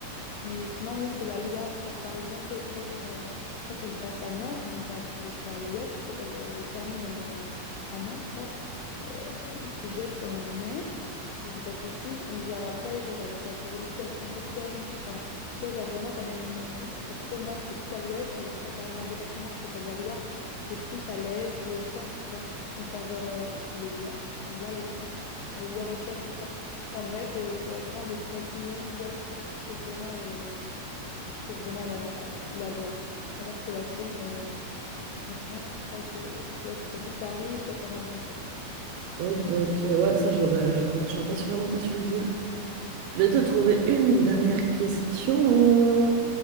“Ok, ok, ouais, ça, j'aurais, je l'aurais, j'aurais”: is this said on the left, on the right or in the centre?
Right